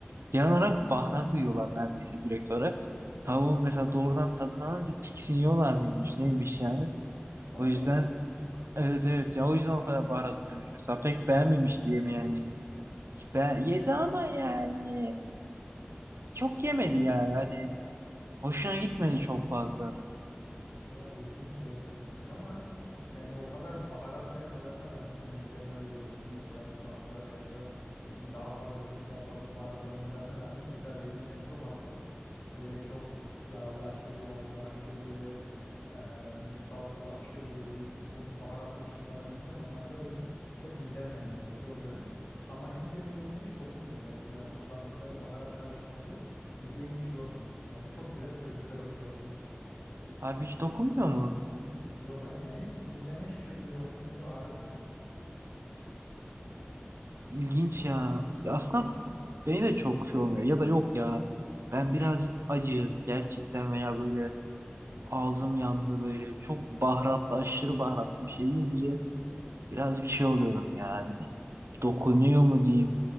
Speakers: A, on the right; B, on the left.
A: genel olarak baharatı yiyorlar neredeyse direkt olarak. Tavuğun
B: Evet
A: mesela
B: evet.
A: doğrudan tadını alınca tiksiniyorlar mıymış neymiş yani.
B: Allah
A: O yüzden
B: Allah.
A: evet evet ya o yüzden o kadar baharat atıyormuş. Mesela pek beğenmemişti yemeği yani. Ben, yedi ama yani çok yemedi ya yani. Hani Hoşuna gitmedi çok
B: Hı.
A: fazla.
B: Oha ilginç ya çok ilginç ama yani o kadar baharatlı yapmalarına rağmen yemeklerine öyle bizim mesela mutfağımıza kıyasla yani daha fazla çok daha fazla baharat koymalarına rağmen mesela benim midem çok hassas. Öyle çok yağlı, aşırı yağlı, aşırı böyle em, salçalı, aşırı böyle çok baharatlı bir şey falan yiyince normalde benim hep midem yanıyor, reflü oluyorum. Ama Hint yemeği yiyince hiç dokunmuyor gerçekten o kullandıkları baharat karışımları mideyi hiç yormuyor. Yani çok güzel çözmüşler onu gerçekten.
A: Harbi hiç dokunmuyor mu?
B: Yok ha, yani hiç mideme hiçbir şekilde dokunmuyor, ağrıtmıyor.
A: İlginç ya. Ya aslında
B: Değil mi?
A: beni de çok şey olmuyor. Ya da yok ya. Ben birazcık acı gerçekten veya böyle ağzım yandı böyle çok baharatlı aşırı baharatlı bir şey yiyince birazcık şey oluyorum yani. Dokunuyor mu diyeyim.